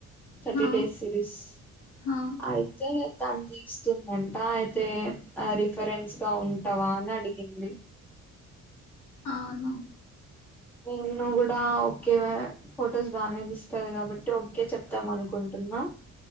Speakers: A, in the centre; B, on the left.
A: థర్టీ
B: హా
A: డేస్ సిరీస్
B: హా
A: అయితే త ద వందంట అయితే ఆ రిఫరెన్స్ గా ఉంటావా అని అడిగింది
B: అవును
A: నిను కూడా ఓకె ఫొటోస్ బాగానే ఇస్తారు కాబట్టి ఓకే చెప్తాం అనుకుంటు అన్నా